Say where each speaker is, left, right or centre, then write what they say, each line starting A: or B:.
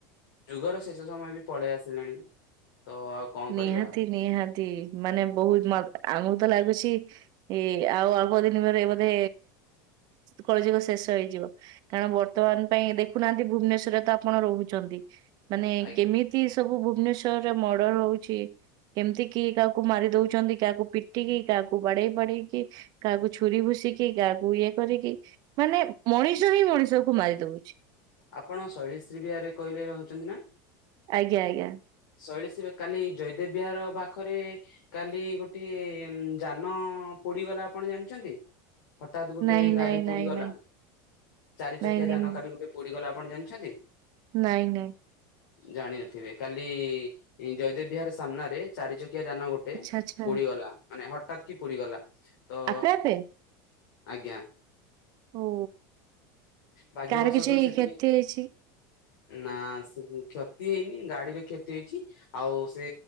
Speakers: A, on the left; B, on the right.
A: ଯୁଗର ଶେଷ ସମୟ ବି ପଳେଇ ଆସିଲାଣି ତ ଆଉ କଣ କରିବା
B: ନିହାତି ନିହାତି ମାନେ ବହୁତ ଆମକୁ ତ ଲାଗୁଛି ଏଇ ଆଉ ଅଳ୍ପ ଦିନ ପରେ ବୋଧେ କଳି ଯୁଗ ଶେଷ ହେଇଯିବ। କାରଣ ବର୍ତ୍ତମାନ
A: ହଁ
B: ପାଇଁ ଦେଖୁନାହାନ୍ତି ଭୁବନେଶ୍ଵରରେ ତ ଆପଣ ରହୁଛନ୍ତି ମାନେ
A: ଆଜ୍ଞା
B: କେମିତି ସବୁ ଭୁବନେଶ୍ଵରରେ ମର୍ଡର ହଉଛି। କେମିତି କିଏ କାହାକୁ ମାରି ଦଉଛନ୍ତି କାହାକୁ ପିଟିକି କାହାକୁ ବାଡେଇ ବାଡେଇକି। କାହାକୁ ଛୁରୀ ଭୁଷିକି କାହାକୁ ଇଏ କରିକି ମାନେ ମଣିଷ ହିଁ ମଣିଷ କୁ ମାରି ଦଉଛି।
A: ଆପଣ ଶୈଳଶ୍ରୀ ବିହାରରେ କହିଲେ ରହୁଛନ୍ତି ନା?
B: ଆଜ୍ଞା ଆଜ୍ଞା।
A: ଶୈଳଶୀ କାଲି ଜୟଦେବ ବିହାର ପାଖରେ କାଲି ଗୋଟିଏ ଯାନ ପୋଡିଗଲା ଆପଣ ଜାଣିଛନ୍ତି? ହଠାତ୍ ଗୋଟେ
B: ନାଇଁ
A: ଗାଡି
B: ନାଇଁ
A: ପୋଡି
B: ନାଇଁ
A: ଗଲା
B: ନାଇଁ
A: ଚାରି
B: ନାଇଁ
A: ଚକିଆ
B: ନାଇଁ
A: ଯାନ
B: ମୁଁ-
A: କାଲି ଗୋଟେ ଏବେ ପୁଡ଼ିଗଲା ଆପଣ ଜାଣିଛନ୍ତି।
B: ନାଇଁ ନାଇଁ।
A: ଜାଣିିନଥିବେ କାଲି ଜୟଦେବ ବିହାର ସାମ୍ନାରେ ଚାରି ଚକିଆ ଯାନ ଗୋଟେ ଗୋଟେ
B: ଆଚ୍ଛା ଆଚ୍ଛା।
A: ପୁଡିଗଲା ମାନେ ହଠାତ୍ କି ପୋଡିଗଲା ତ
B: ଆପେ ଆପେ।
A: ଆଜ୍ଞା।
B: ଓ
A: ଭାଗ୍ୟବଶତଃ
B: କାହାର କିଛିଇ
A: ସେଥିରେ
B: କ୍ଷତି ହେଇଛି।
A: ନା କ୍ଷତି ହେଇନି ଗାଡିର କ୍ଷତି ହେଇଛି। ଆଉ ସେ